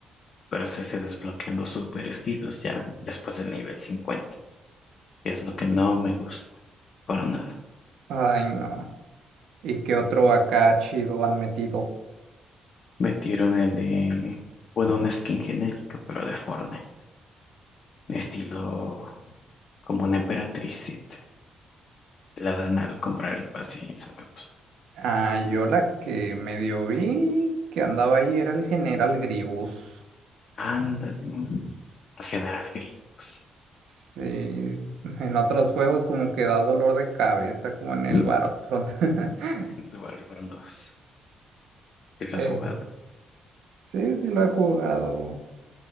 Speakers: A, on the left (about 60°); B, on the right (about 80°).
A: pero ese se desbloquean los super estilos ya después del nivel 50, que es lo que no me gusta, para nada.
B: Ay, no. ¿Y qué otro acá chido han metido?
A: Metieron el de, bueno, una skin genérica, pero de Fortnite, estilo como una emperatriz, Sith. la dan al comprar el pase y eso me gusta.
B: Ah, yo la que medio vi que andaba ahí era el General Gribus.
A: Ándale, el general Grievous.
B: Sí, en otros juegos como que da dolor de cabeza, como en el
A: <laughs>
B: Battlefront. <laughs>
A: Entre el barril fueron dos. Y la
B: Eh,
A: jugada.
B: sí, sí lo he jugado.